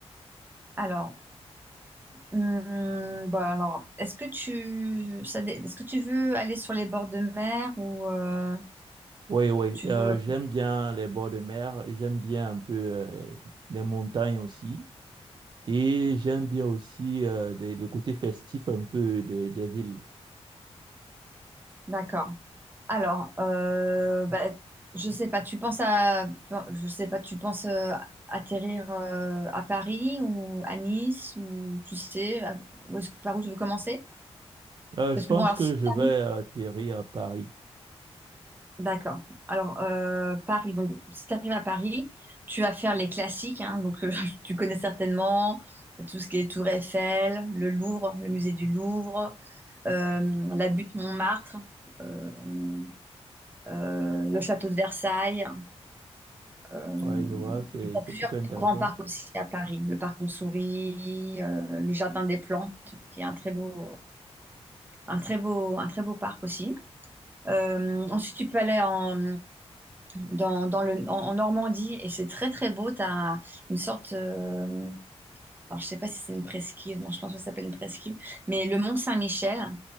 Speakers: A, on the right; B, on the right.
A: Alors, Hum, bah alors, est-ce que tu, ça dé- est-ce que tu veux aller sur les bords de mer ou euh,
B: Oui, oui,
A: tu
B: euh,
A: veux...
B: j'aime bien les bords de mer, j'aime bien un peu euh, les montagnes aussi, et j'aime bien aussi euh, des- le côté festif un peu des, des villes.
A: D'accord. Alors, euh, bah, je sais pas. Tu penses à, je sais pas. Tu penses euh, atterrir euh, à Paris ou à Nice ou tu sais à- où est-ce, par où tu veux commencer?
B: Euh,
A: Parce
B: je pense
A: que bon, alors
B: que
A: si
B: je
A: tu
B: vais
A: arrives
B: atterrir à Paris.
A: D'accord. Alors, euh, Paris, donc si tu arrives à Paris, tu vas faire les classiques, hein. donc euh, <laughs> tu connais certainement tout ce qui est Tour Eiffel, le Louvre, le musée du Louvre, euh, la butte Montmartre, euh, euh, le château de Versailles. euh,
B: Ouais, je vois, c'est,
A: et t'as
B: c'est
A: plusieurs
B: plutôt intéressant.
A: grands parcs aussi à Paris, le parc On Sourit, euh, le jardin des plantes, qui est un très beau, un très beau, un très beau parc aussi. Euh, ensuite, tu peux aller en, dans, dans le, en, en Normandie et c'est très très beau. Tu as une sorte, euh, alors je sais pas si c'est une presqu'île, non, je pense pas que ça s'appelle une presqu'île, mais le mont Saint-Michel.